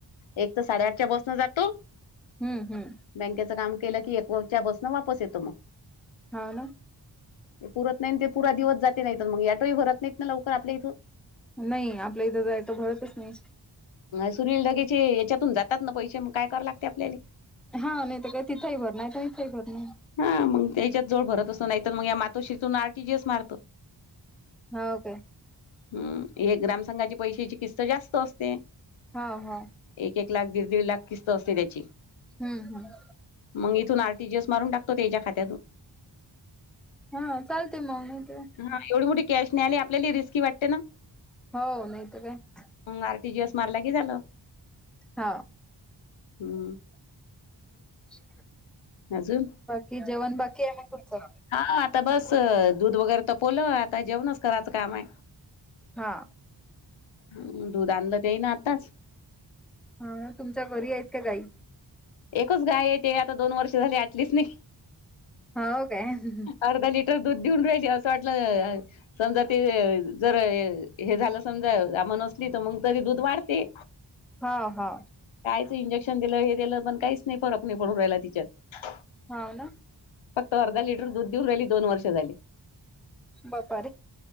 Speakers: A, on the left; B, in the centre.
A: एक तर साडेआठच्या बसनं जातो.
B: हम्म, हम्म!
A: बँकेचं काम केलं की एकच्या बसनं वापस येतो.
B: हा ना.
A: ते पुरत नाही ते पुरा दिवस जाते नाहीत मग ॲटोही भरत नाहीत ना लवकर आपल्या इथून.
B: नाही आपल्या इथंतर ॲटो भरतच नाही.
A: सुनील ढगेचे याच्यातून जातात ना पैसे मग काय करा लागते आपल्याले.
B: हा नाही तर काय तिथंही भरन, तर इथेही भरनं.
A: हा मग त्याच्यात जावन भरत असतो नाही तर मग या मातोशीरतून आर टी जी एस मारतो‌.
B: हो काय.
A: हम, हे ग्रामसंघाची पैशाची किस्त जास्त असते.
B: हा, हा.
A: एक एक लाख, दीड दीड लाख, किस्त असते त्याची.
B: हम्म, हम्म!
A: मग इथून आर टी जी एस मारून टाकतो त्याच्या खात्यात.
B: हा चालते मग नाही ते
A: हा एवढी मोठी कॅश न्ह्यायला आपल्याले रिस्की वाटते ना.
B: हो नाही तर काय.
A: मग आर टी जी एस मारला की झालं.
B: हा
A: हम्म
B: <unintelligible>
A: अजून
B: कि जेवण बाकी आहे ना तुमचं
A: हा आता बस दूध वगैरे तपवलं आता जेवणच करायचं काम हाय
B: हा
A: ह दूध आणलं ते ना आताच.
B: हा तुमच्या घरी आहेत का गायी.
A: एकच गाय आहे ते आता दोन वर्ष झाले आटलीच नाही.
B: ह हो काय अ हं हं
A: अर्धा लिटर दूध दिऊन राहिली असं वाटलं अ समजा ते जर हे झालं समजा आमनच म तरी दूध वाढते
B: हा हा
A: कायच इंजेक्शन दिलं हे पण काहीच नाही फरक नाही पडू राहायला तिच्यात.
B: हा ना
A: फक्त अर्धा लिटर दूध देऊन राहिली दोन वर्ष झाली.
B: बापारे